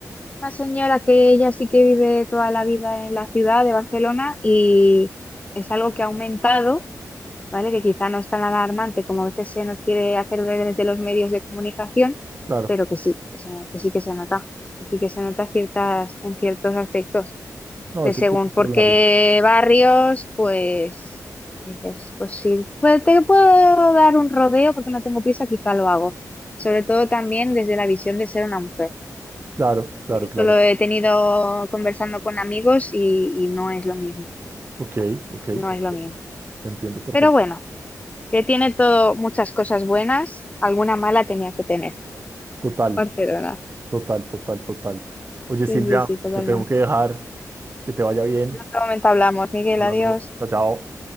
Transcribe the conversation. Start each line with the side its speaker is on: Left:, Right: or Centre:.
Left: una señora que ella sí que vive toda la vida en la ciudad de Barcelona y es algo que ha aumentado, ¿vale? Que quizá no es tan alarmante como a veces se nos quiere hacer ver desde los medios de comunicación,
Right: Claro.
Left: pero que sí, que, se- que sí que se nota, que sí que se nota ciertas, en ciertos aspectos
Right: No,
Left: de
Right: eso
Left: según
Right: hay que controlarlo.
Left: por qué barrios, pues dices, pues sí, pues te puedo dar un rodeo porque no tengo prisa, quizá lo hago. Sobre todo también desde la visión de ser una mujer.
Right: Claro, claro,
Left: Y Esto
Right: claro.
Left: lo he tenido conversando con amigos y, y no es lo mismo,
Right: Ok, ok, te
Left: no
Right: entiendo
Left: es lo mismo.
Right: te entiendo perfectamente.
Left: Pero bueno, que tiene todo muchas cosas buenas, alguna mala tenía que tener.
Right: Total,
Left: Barcelona.
Right: total, total, total. Oye,
Left: Sí,
Right: Silvia,
Left: sí, sí, totalmente.
Right: te tengo que dejar. Que te vaya bien.
Left: En otro momento hablamos. Miguel,
Right: Hablando.
Left: adiós.
Right: Chao, chao.